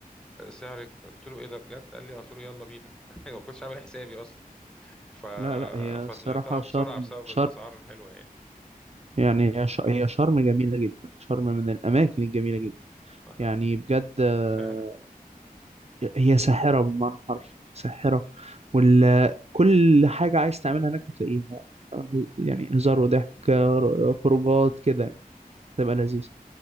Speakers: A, in the centre; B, on the right.
A: آه، سعرك قلت له إيه ده بجد قال لي آه. قلت له يلا بينا <laughs> ما كنتش عامل حسابي ف...
B: لا لا هي
A: فطلعتها
B: الصراحة
A: بسرعة
B: شرم
A: بسبب
B: شرم
A: الأسعار الحلوة يعني
B: يعني هي ش- هي شرم جميلة جدا شرم من الأماكن الجميلة جدا
A: ما...
B: يعني بجد آه،
A: فعلا
B: هي ساحرة بمعنى حرفي ساحرة وال كل حاجة عايز تعملها هناك هتلاقيها يعني هزار وضحك ر- خروجات كده يعني تبقى لذيذ